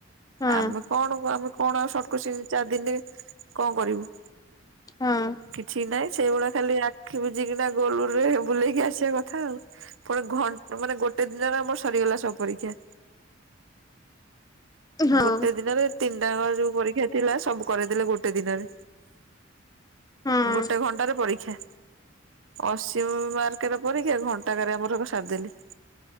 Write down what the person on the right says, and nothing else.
ଆମେ କଣ କ ଆମେ କଣ ଆଉ ସଟକୋଶ୍ଚିନ ଚାରି ଦିନିରେ କଣ କରିବୁ।
କିଛି ନାଇଁ ସେଇଭଳିଆ ଖାଲି ଆଖି ବୁଜି କିନା ଗୋଲୁଗୁରେ ବୁଲେଇକି ଆସିବା କଥା ଆଉ। ପୁଣି ଘଣ୍ଟ ମାନେ ଗୋଟେ ଦିନରେ ଆମର ସରିଗଲା ସବୁ ପରୀକ୍ଷା।
ଗୋଟେ ଦିନରେ ତିନିଟାଙ୍କର ଯୋଉ ପରୀକ୍ଷା ଥିଲା ସବୁ କରେଇଦେଲେ ଗୋଟେ ଦିନରେ।
ଗୋଟେ ଘଣ୍ଟାରେ ପରୀକ୍ଷା। ଅଶି ମାର୍କର ପରୀକ୍ଷା ଘଣ୍ଟାକରେ ଆମର ସାରିଦେଲି।